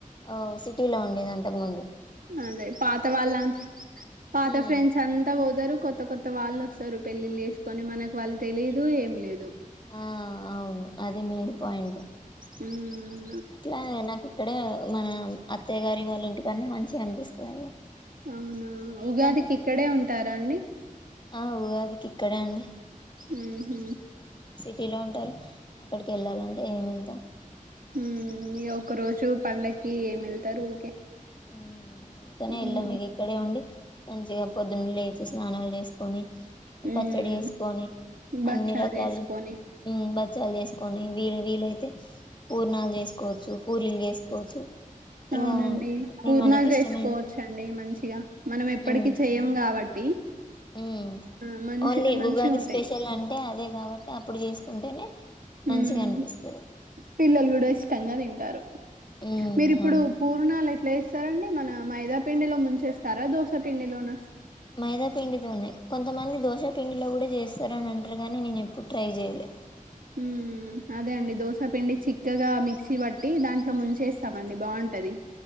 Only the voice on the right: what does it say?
అదే పాత వాళ్ళ పాత
ఫ్రెండ్స్ అంతా పోతారు కొత్త కొత్త వాళ్ళు వస్తారు పెళ్లిళ్ళ చేసుకొని మనకి వాళ్ళు తెలీదు ఏం లేదు
ఉమ్
అవునా
ఉగాదికి ఇక్కడే ఉంటారా అండి
ఉహ్మ్
ఉమ్ ఇగ ఒక రోజు పండక్కి ఏం ఎళ్తారు ఊకే
హ్మ్
హ్మ్
భక్షాలు
చేసుకొని
అవునండి
పూర్ణాలు
చేసుకోవచ్చండి
మంచిగా మనం ఎప్పడికి
చెయ్యం కాబట్టి
ఆ మంచి
మంచిగా
ఉంటాయి
మ్మ్
పిల్లలు కూడా ఇష్టంగా తింటారు
మీరిప్పుడు
పూర్ణాల ఎట్లచేస్తారండి మన మైదా పిండిలో ముంచేస్తారా దోసపిండిలోన
ఉ అదే అండి దోశ పిండి చిక్కగా మిక్సీ పట్టి దాంట్లో ముంచేస్తామండి బాగు ఉంటది